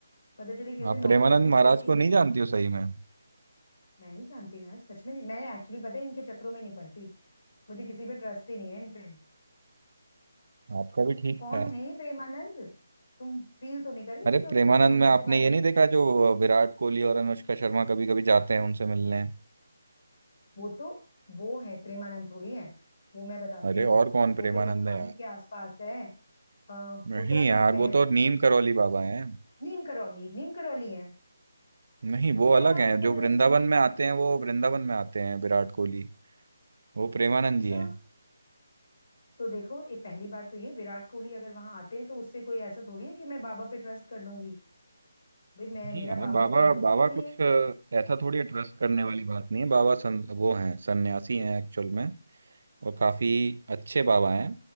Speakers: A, on the left; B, on the right.
A: पता चले किसी
B: आप
A: दिन नौकरी
B: प्रेमानंद
A: वोकरी छोड़
B: महाराज
A: के
B: को
A: इन्हीं
B: नहीं
A: के
B: जानती
A: साथ
B: हो सही में
A: मैं नहीं जानती यार सच में नहीं मैं एक्चुअली पता है इनके चक्करों में नहीं पड़ती मुझे किसी पे ट्रस्ट ही नहीं है इन पे
B: आपका भी ठीक
A: कौन
B: है
A: है ये प्रेमानंद तुम फील तो नहीं कर रही
B: अरे
A: कि मैं
B: प्रेमानंद
A: उसके बा, उनके
B: में आपने
A: बारे
B: ये
A: में
B: नहीं देखा जो विराट कोहली और अनुष्का शर्मा कभी कभी जाते हैं उनसे मिलने
A: वो तो वो है प्रेमानंद थोड़ी है वो मैं बताती
B: अरे
A: हूँ
B: और कौन प्रेमानंद
A: वो कोई हल्द्वानी
B: है यार
A: के आसपास है अ,
B: नहीं
A: उत्तराखंड
B: यार
A: में
B: वो
A: है वो
B: तो नीम करौली बाबा हैं
A: नीम करौली नीम करौली है
B: नहीं वो
A: प्रेमानंद
B: अलग हैं
A: तो
B: जो
A: मैंने
B: वृंदावन
A: सुने ही नहीं
B: में आते हैं वो वृंदावन में आते हैं विराट कोहली वो प्रेमानंद
A: अच्छा
B: जी हैं
A: तो देखो ये पहली बात तो ये विराट कोहली अगर वहां आते हैं तो उससे कोई ऐसा थोड़ी है कि मैं बाबा पे ट्रस्ट कर लूंगी भाई मैं
B: नहीं
A: मेरा
B: यार
A: बाबा
B: बाबा
A: पे भरोसा
B: बाबा
A: ही नहीं
B: कुछ
A: है
B: अ, ऐसा थोड़ी है, ट्रस्ट करने वाली बात नहीं है बाबा सन, वो हैं सन्यासी हैं एक्चुअल में और काफी अच्छे बाबा हैं